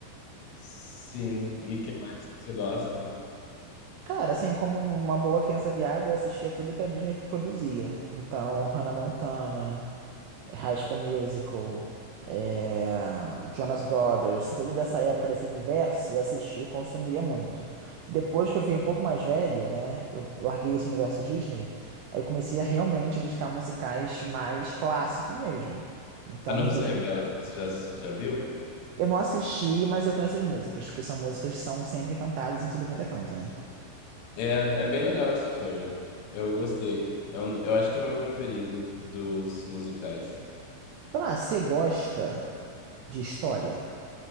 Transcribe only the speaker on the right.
Cara, assim, como uma boa criança viada, eu assistia tudo que a Disney produzia. Então, Hannah Montana, High School Musical, é, Jonas Brothers, tudo dessa época, desse universo, eu assistia e consumia muito. Depois que eu fiquei um pouco mais velho, né? Eu larguei esse universo Disney, aí eu comecei a realmente buscar musicais mais clássicos mesmo. Então,
Eu não assisti, mas eu conheço as músicas, porque são músicas que são sempre cantadas em tudo quanto é canto, né?
Sei lá, você gosta de história?